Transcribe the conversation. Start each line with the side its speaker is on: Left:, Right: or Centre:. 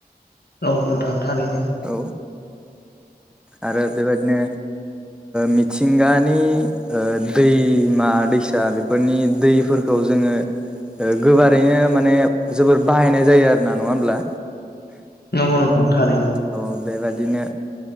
Left: औ नोंथां थारैनो
Centre: औ आरो बेबायदिनो मिथिंगानि दैमा दैसा बेफोरनि दैफोरखौ जों गोबारैनो माने जोबोर बाहायनाय जायो आरोना नङा होमब्ला
Left: नंगौ नंगौ थारैनो
Centre: औ बेबादिनो